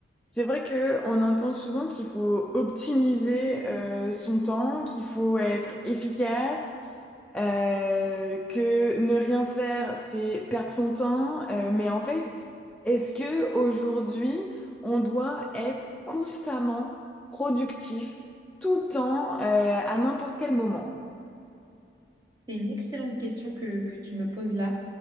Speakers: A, in the centre; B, on the right.
A: C'est vrai que on entend souvent qu'il faut optimiser euh, son temps, qu'il faut être efficace, euh, que ne rien faire, c'est perdre son temps. Euh, mais en fait, est-ce que aujourd'hui, on doit être constamment productif tout le temps euh, à n'importe quel moment?
B: C'est une excellente question que, que tu me poses là.